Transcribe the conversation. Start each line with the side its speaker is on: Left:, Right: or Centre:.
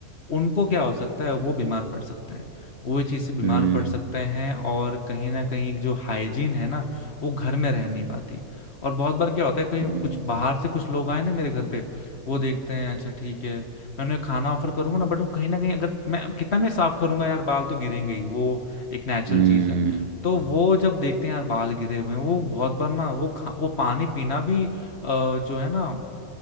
Left: उनको क्या हो सकता है वो बीमार पड़ सकते हैं वो ये चीज से बीमार
Right: हम्म
Left: पड़ सकते हैं और कहीं ना कहीं एक जो हाइजीन है ना वो घर में रह नहीं पाती और बहुत बार क्या होता है कहीं
Right: हम्म
Left: कुछ बाहर से कुछ लोग आए ना मेरे घर पे वो देखते हैं अच्छा ठीक है मैं उन्हें खाना ऑफर करूंगा ना बट वो कहीं ना कहीं अगर मैं कितना मैं साफ करूंगा यार बाल तो गिरेंगे ही वो एक नेचुरल
Right: हम्म
Left: चीज है तो वो जब देखते हैं यार बाल गिरे हुए हैं वो बहुत बार ना वो खा वो पानी पीना भी अ, जो है ना